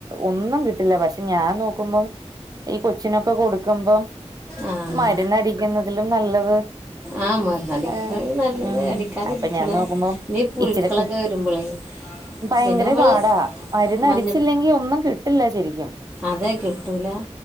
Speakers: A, on the right (about 35°); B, in the centre.
A: ഒന്നും കിട്ടില്ല പക്ഷെ ഞാൻ നോക്കുമ്പം ഈ കൊച്ചിനൊക്കെ കൊടുക്കുമ്പം
B: ആ
A: മരുന്നടിക്കുന്നതിലും നല്ലത്
B: ആഹ് മരുന്ന് അടിക്ക്ണ
A: ഏഹ്
B: നല്ലത്
A: ഉം
B: അടിക്കാതെ
A: അപ്പൊ
B: ഇരിക്ക്ണ
A: ഞാൻ നോക്കുമ്പം
B: ഈ പുഴുക്കളൊക്കെ
A: ഇച്ചിരൊക്കെ
B: വരുമ്പളേ
A: ഭയങ്കര
B: പിന്നെ നമ്മള്
A: പാടാ മരുന്ന്ടിച്ചില്ലെങ്കി
B: മഞ്ഞ
A: ഒന്നും കിട്ടില്ല ശെരിക്കും.
B: അതെ കിട്ടൂല.